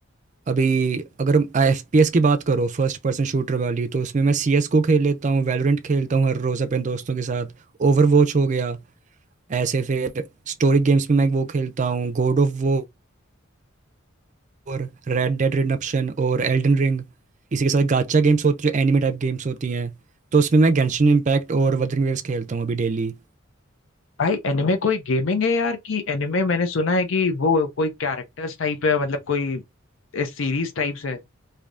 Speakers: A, on the right (about 35°); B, on the left (about 65°).
A: अभी अगर एफ पी एस की बात करो फर्स्ट पर्सन शूटर वाली तो उसमें मैं सी एस को खेल लेता हूँ वैलोरेंट खेलता हूँ हर रोज़ अपने दोस्तों के साथ ओवर वॉच हो गया ऐसे फिर स्टोरी गेम्स में मैं वो खेलता हूँ God of War Red Dead Redemption और एल्डन रिंग इसी के साथ गाचा गेम्स होती है जो एनिमे टाइप गेम्स होती हैं तो उसमें मैं गेंशिन इम्पैक्ट और वदरिंग वेव्स खेलता हूँ अभी डेली
B: भाई एनिमे कोई गेमिंग है यार कि एनिमे मैंने सुना है कि वो कोई कैरेक्टर्स टाइप है मतलब कोई सीरीज टाइप्स है